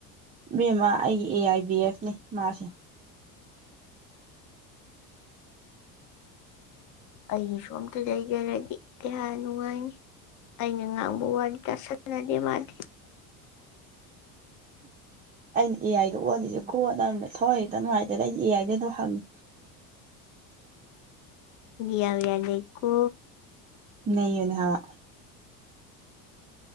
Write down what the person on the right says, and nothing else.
ꯕꯦꯝꯃ ꯑꯩꯒꯤ ꯑꯦ ꯑꯥꯏ ꯕꯤ ꯑꯦꯐꯅꯤ ꯃꯥꯁꯤꯦ
ꯑꯩꯅ ꯏꯌꯥꯏꯗ ꯑꯣꯜꯂꯤꯁꯦ ꯀꯣꯟꯅꯕꯅꯦ ꯊꯣꯛꯏ ꯈꯤꯇ ꯅꯨꯡꯉꯥꯏꯇꯦꯗ ꯑꯩꯗꯤ ꯏꯌꯥꯏꯗꯦ ꯑꯗꯨꯣ ꯍꯪꯉꯤ
ꯅꯩꯕꯅꯦ ꯍꯥꯏꯕ